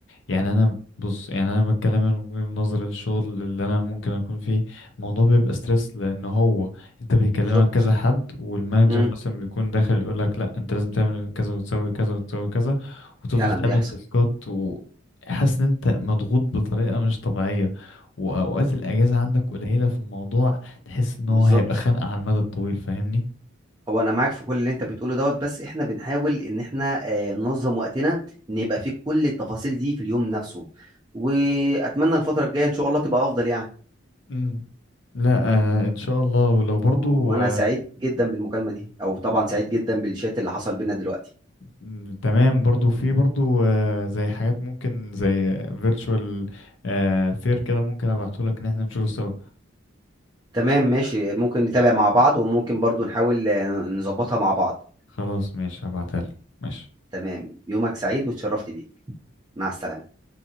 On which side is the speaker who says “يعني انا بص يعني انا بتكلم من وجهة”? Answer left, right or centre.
Left